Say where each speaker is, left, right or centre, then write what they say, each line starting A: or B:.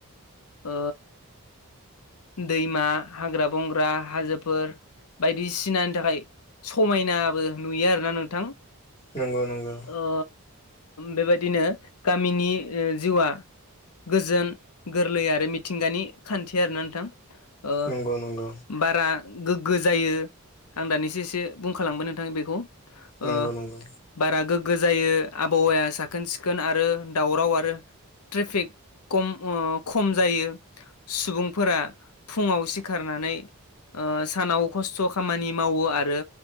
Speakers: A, on the left (about 80°); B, on the left (about 25°).
A: ओ दैमा हाग्रा बंग्रा हाजोफोर बायदिसिनानि थाखाय समायनाबो नुयो आरोना नोंथां।
B: नंगौ नंगौ।
A: ओ बेबायदिनो गामिनि ओ जिउआ गोजोन गोरलै आरो मिथिंगानि खान्थि आरोना नोंथां। ओ
B: नंगौ नंगौ
A: बारा गोग्गो जायो। आं दानिसो एसे बुंखालांबाय नोंथां बेखौ।
B: नंगौ
A: ओ
B: नंगौ
A: बारा गोग्गो जायो आबहावाया साखोन सिखोन आरो दावराव आरो ट्रेफिक खम ओ खम जायो। सुबुं फोरा फुङाव सिखारनानै ओ सानाव खस्थ' खामानि मावो आरो